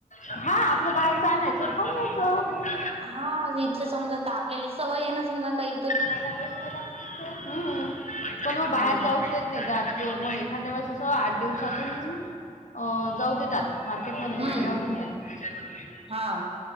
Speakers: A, on the left; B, on the right.
A: <unintelligible> हा आपलं बाहेरच आणयचं खाऊन घ्यायचं.
B: हा इथल समजा तर आपल्याला सवय आहे ना समजा काही
A: हम पण मग
B: हम्म
A: बाहेर जाऊच देत नाही मग एखांद्या वेळेस असं आठ दिवसातून अ जाऊ देतात. मार्केट मध्ये मग
B: हम्म
A: तेव्हा घेऊन यायचं. <unintelligible>
B: हा